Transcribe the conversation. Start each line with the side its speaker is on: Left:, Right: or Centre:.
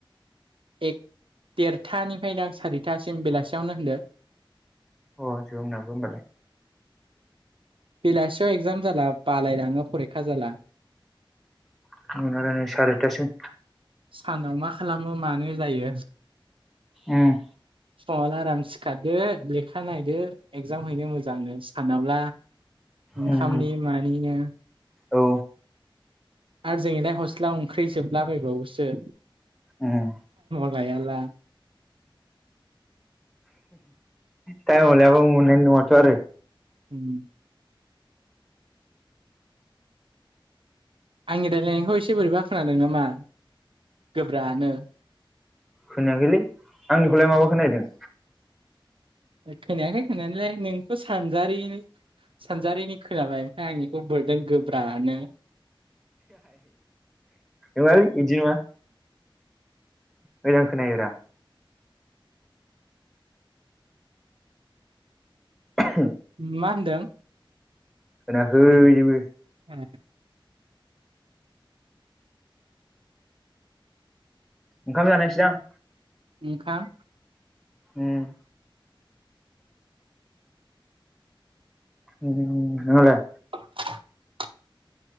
Right: एक देरथानिफ्रायनो सारिथासिम बेलासियावनो होनदो
Centre: अ जोंनांबो होमबालाय
Right: बेलासियाव एगजाम जाला बालायलाङो परिखा जाला
Centre: <unintelligible> सारि थासिम
Right: सानाव मा खालामो मानो जायो।
Centre: ओम
Right: फुङावल आराम सिखारदो लेखा नायदो एगजाम हैनो मोजांनो सानावला ओंखामनि
Centre: उम
Right: मानिनो
Centre: औ
Right: आरो जोंलाय हस्ला ओंख्रि जोबलाबायबावोसो
Centre: ओम
Right: भायला
Centre: थायमाव लाया मन नङथ आरो
Right: उम आंनि रायज्लायनायखौ एसे बोरैबा खोनादों नामा गोब्रानो
Centre: खोनायाखैलै आंनिखौलाय माबा खोनदों
Right: खोनायाखाय खोनालाय नोंखौ सानजारि सानजारिनि खोनाबाय ओमफ्राय आंनिखौ बोरदोंन गोब्रानो
Centre: नङालै इदि नङा मोजां खोनायोरा होम
Right: मा होनदों
Centre: होनाखै जेबो
Right: ए
Centre: ओंखाम जानोसै दां
Right: ओंखाम
Centre: उम उम नोंहालाय
Right: <inaudible>